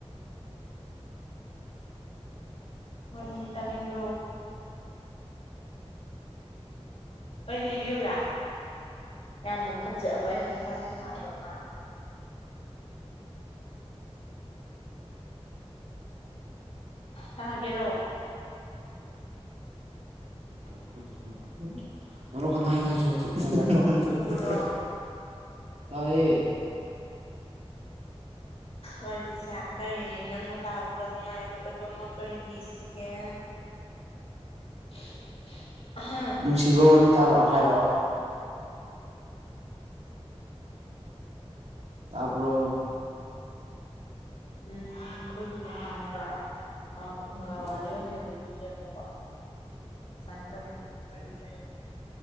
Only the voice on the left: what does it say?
ꯋꯥꯔꯤ ꯇꯥꯅꯤꯡꯕ꯭ꯔꯣ ꯋꯥꯔꯤ ꯂꯤꯕꯤꯌꯨꯔꯥ ꯌꯥꯝꯅ ꯐꯖꯕ ꯌꯥꯝꯅ ꯇꯥꯕ ꯅꯨꯡꯉꯥꯏꯕ ꯑꯃ ꯇꯥꯒ‌ꯦꯔꯣ
ꯑꯗꯨꯕꯨꯔꯣ
ꯋꯥꯔꯤꯁꯦ ꯀꯔꯤ ꯅꯪꯅ ꯇꯥꯕꯗ ꯅꯨꯡꯉꯥꯏꯒꯗꯕ ꯑꯃ ꯀꯔꯤ ꯂꯤꯁꯤꯒꯦ
<unintelligible>
ꯎꯝ ꯑꯩꯈꯣꯏꯒꯤꯅꯦ ꯈꯪꯕ꯭ꯔꯥ ꯑꯥ ꯐꯨꯡꯒꯥ
ꯋꯥꯔꯤ ꯑꯣꯏꯅ ꯂꯤꯕꯤꯒꯦꯕ ꯁꯨꯃꯥꯏꯅ ꯇꯧꯕꯅꯤ ꯋꯥꯔꯤꯁꯦ